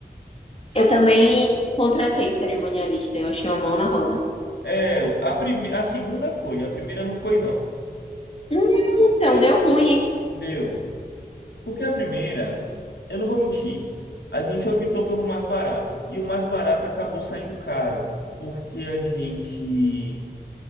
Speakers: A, on the left; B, on the left.
A: Só
B: Eu também
A: que
B: contratei cerimonialista, eu achei uma mão na roda.
A: é, a, prime, a segunda foi, a primeira não foi, não.
B: Hum, então
A: Ele
B: deu ruim, hein?
A: Deu. Porque a primeira, eu não vou mentir, a gente optou pelo mais barato. E o mais barato acabou saindo caro. Porque a gente